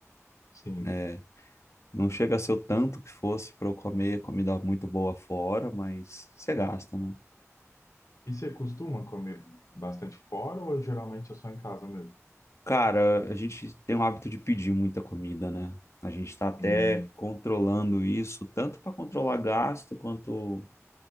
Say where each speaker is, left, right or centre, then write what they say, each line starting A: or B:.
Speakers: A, on the left (about 80°); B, on the left (about 60°).
A: sim.
B: É, Não chega a ser o tanto que fosse para eu comer comida muito boa fora, mas você gasta, né?
A: E você costuma comer bastante fora ou geralmente é só em casa mesmo?
B: Cara, a gente tem o hábito de pedir muita comida, né? A gente está até
A: Hum,
B: controlando isso, tanto para controlar gasto quanto